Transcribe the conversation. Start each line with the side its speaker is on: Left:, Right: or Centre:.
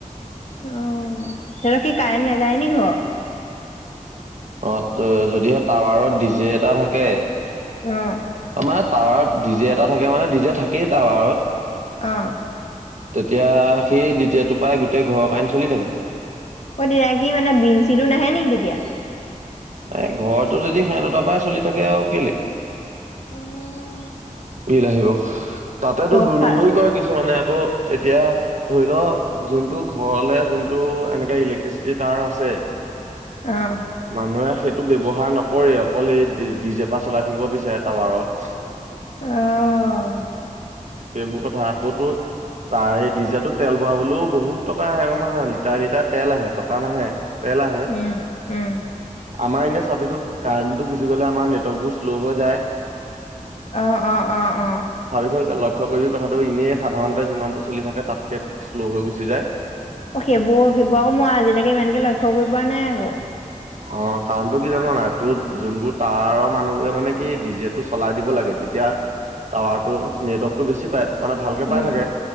Left: অ' সত কি কাৰেণ্ট নাযায় নি ঘৰ
Right: অ' যদিহে টাৱাৰত ডি জে এটা থাকে
Left: উম।
Right: অ' মানে টাৱাৰত ডিজে এটা থাকে মানে ডিজে থাকেই টাৱাৰত
Left: অ'
Right: তেতিয়া সেই দ্বিতীয়টো পৰাায় গোটেই ঘৰৰ কাৰণে চলি থাকে।
Left: অ' দতিৰাাক কি মানে বিল চিলো নাহে নেকি তেতিয়া
Right: এ ঘৰৰতটো যদি সিহঁতটাৰ পৰাই চলি থাকে আৰু কেলে
Left: অ'
Right: বিল আহিব তাতেতো
Left: চব
Right: দুই
Left: ফাল
Right: নম্বৰী কয় কিছু মানে ত' এতিয়া ধৰি ল যোনটো ঘৰলে যোনটো এনেকে ইলেক্ট্ৰিচিটি তাৰ আছে
Left: অহ
Right: মানুহৰ সেইটো ব্যৱহাৰ নকৰে অকল সেই ডি জেপা চলাই থাকিব বিচাৰে তাবাৰক
Left: আহ
Right: সেইবোৰ কথা আকৌতো তাৰ এই ডিজেৰ টোত তেল ভৰাবলৈও বহুত টকা আহে লিটাৰ লিটাৰ তেল আহে টকা নাহে। তেল আহে
Left: উম উম।
Right: আমাৰ এনে চাবিছোন কাৰেণ্টটো গুচি গলে আমাৰ নেটৱৰ্ক বোৰ শ্ল' হৈ যায়।
Left: আহ আহ আহ আহ।
Right: চাবিচোন লক্ষ্য কৰি কথাটো এনেই সাধাৰণতে যিমানটো চলি থাকে তাতকে শ্ল' হৈ গুচি যায়।
Left: অ সেইবোৰ শিৱোৰ আকৌ মই আজিলৈকে ইমানকে লক্ষ্্য কৰি পোৱা নাই আকৌ।
Right: অ কাৰণতটো কি জানো নাই তোৰ যোনবোৰ টাৱাৰৰ মানুহবোৰে মানে কি ডিজে টো চলাই দিব লাগে। তেতিয়া টাৱাৰ টো নেটৱৰ্কতটো বেছি পায়। মানে ভালকে
Left: উম
Right: পাই থাকে